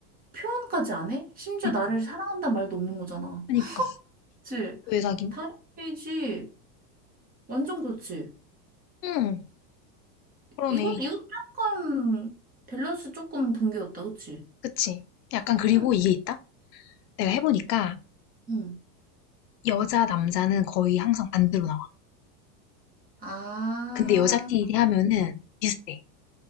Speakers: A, on the right (about 20°); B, on the left (about 80°).
A: 표현까지 안 해? 심지어
B: 그니까.
A: 나를 사랑한다는 말도 없는 거잖아.
B: 그니까.
A: <laughs> 그치?
B: 왜 사김?
A: 당연히지. 완전 그렇지.
B: 응, 그러네.
A: 이것 이것 약간 밸런스 조금 붕괴였다, 그치?
B: 그치. 약간, 그리고
A: 응,
B: 이게 있다? 내가 해보니까,
A: 응.
B: 여자, 남자는 거의 항상 반대로 나와.
A: 아,
B: 근데 여자끼리 하면은 비슷해.